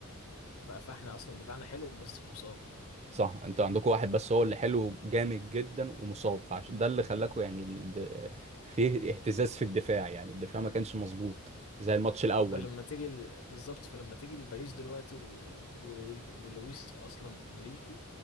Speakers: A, on the left (about 75°); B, on the right (about 30°).
A: ف- فاحنا اصلا دفاعنا حلو بس مصاب
B: صح انتوا عندكم واحد بس هو اللي حلو جامد جدا ومصاب فعشان ده اللي خلاكوا يعني ال- فيه اهتزاز في الدفاع يعني الدفاع ما كانش مظبوط زي الماتش الاول
A: فلما تيجي ال- بالظبط فلما تيجي لباريس دلوقتي و... و... و... ولويس اصلا انريكي